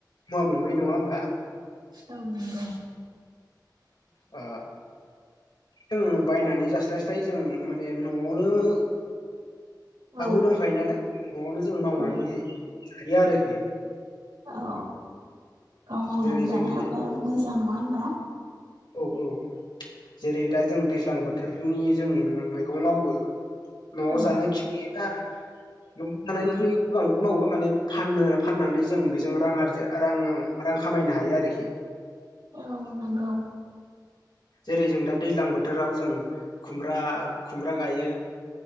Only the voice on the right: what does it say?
औ नोंगौ
औ
औ
औ गाव मावनानै
जानो
हाबा मोजां नङा होनबा
औ
औ नगौ